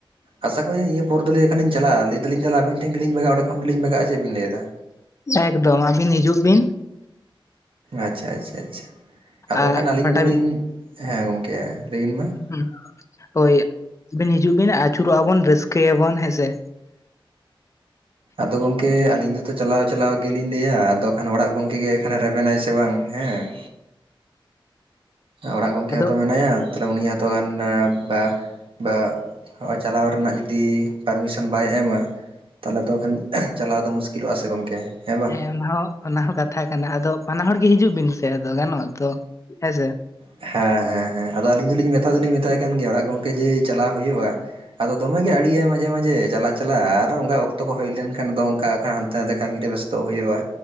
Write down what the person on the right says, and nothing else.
ᱟᱥᱟ ᱠᱚᱭᱧ ᱱᱤᱭᱟᱹ ᱯᱚᱨ ᱫᱚ ᱞᱟᱹᱭ ᱷᱦᱤᱱ ᱪᱟᱞᱟᱜ ᱞᱟᱹᱭ ᱮᱫᱟᱞᱤᱧ ᱟᱹᱵᱮᱱ ᱴᱷᱮᱱ ᱜᱮᱞᱤᱧ ᱵᱟᱜᱟ-ᱟ ᱚᱱᱰᱮ ᱠᱷᱚᱱ ᱜᱮᱞᱤᱧ ᱵᱟᱜᱟ-ᱟ ᱪᱮᱫ ᱵᱤᱱ ᱞᱟᱹᱭ ᱮᱫᱟ?
ᱟᱪᱷᱟ ᱪᱷᱟ ᱪᱷᱟ ᱟᱫᱚ
ᱠᱷᱟᱱ ᱟᱹᱞᱤᱧ
ᱫᱚᱞᱤᱧ ᱦᱮᱸ ᱜᱚᱝᱠᱮ ᱞᱟᱹᱭᱵᱤᱱ ᱢᱟ ᱾
ᱟᱫᱚ ᱜᱚᱝᱠᱮ ᱟᱹᱞᱤᱧ ᱫᱚᱛᱚ ᱪᱟᱞᱟᱣ ᱪᱟᱞᱟᱣ ᱜᱮᱞᱤᱧ ᱞᱟᱹᱭᱟ ᱟᱫᱚ ᱠᱷᱟᱱ ᱚᱲᱟᱜ ᱜᱚᱝᱠᱮ ᱜᱮ ᱮᱠᱷᱟᱱᱮ ᱨᱮᱵᱮᱱᱟᱭ ᱥᱮ ᱵᱟᱝ ᱦᱮᱸ ᱾ ᱚᱲᱟᱜ ᱜᱚᱢᱠᱮ
ᱦᱚᱸᱛᱚ ᱢᱮᱱᱟᱭᱟ ᱛᱟᱦᱞᱮ ᱩᱱᱤ ᱦᱚᱸᱛᱚ ᱜᱟᱱ ᱵᱟ ᱵᱟ, ᱱᱚᱜᱼᱚᱭ ᱪᱟᱞᱟᱣ ᱨᱮᱱᱟᱜ ᱡᱩᱫᱤ ᱯᱟᱨᱢᱤᱥᱚᱱ ᱵᱟᱭ ᱮᱢᱟ, ᱛᱟᱦᱚᱞᱮ ᱛᱚᱠᱷᱟᱱ ᱪᱟᱞᱟᱣ ᱫᱚ ᱢᱩᱥᱠᱤᱞᱚᱜᱼᱟ ᱥᱮ ᱜᱚᱝᱠᱮ ᱦᱮᱸ ᱵᱟᱝ?
ᱦᱮᱸ ᱦᱮᱸ ᱦᱮᱸ ᱟᱫᱚ ᱟᱹᱞᱤᱧ ᱫᱚᱞᱤᱧ ᱢᱮᱛᱟ ᱫᱚᱞᱤᱧ ᱢᱮᱛᱟᱭ ᱠᱟᱱ ᱜᱮᱭᱟ ᱚᱲᱟᱜ ᱜᱚᱝᱠᱮ ᱡᱮ ᱪᱟᱞᱟᱣ ᱦᱩᱭᱩᱜᱼᱟ ᱾ ᱟᱫᱚ ᱫᱚᱢᱮᱜᱮ ᱟᱲᱮᱟᱭ ᱢᱟᱡᱷᱮ ᱢᱟᱡᱷᱮ ᱪᱟᱞᱟᱜ ᱪᱟᱞᱟᱜ ᱟᱨ ᱚᱝᱠᱟ ᱚᱠᱛᱚ ᱠᱚ ᱦᱩᱭ ᱞᱮᱱᱠᱷᱟᱱ ᱫᱚ ᱚᱱᱠᱟ ᱦᱟᱱᱛᱮ ᱱᱟᱛᱮ ᱠᱟᱹᱢᱤ ᱨᱮ ᱵᱮᱥ ᱛᱚ ᱦᱩᱭᱩᱜᱼᱟ